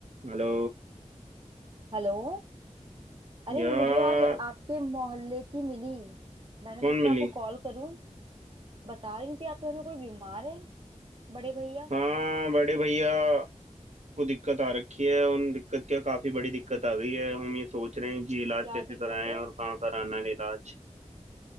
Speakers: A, on the right (about 65°); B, on the right (about 40°).
A: Hello
B: Hello अरे
A: यार
B: मुझे आज आपके मोहल्ले की मिली मैंने
A: कौन
B: सोचा
A: मिली
B: आपको कॉल करूं बता रही थी आपके घर में कोई बीमार है बड़े भैया
A: हाँ बड़े भैया को दिक्कत आ रखी है उन दिक्कत क्या काफी बड़ी दिक्कत आ गई है हम ये सोच रहे हैं कि इलाज
B: क्या
A: कैसे
B: दिक्कत
A: कराएं
B: है
A: और कहाँ कराना है इलाज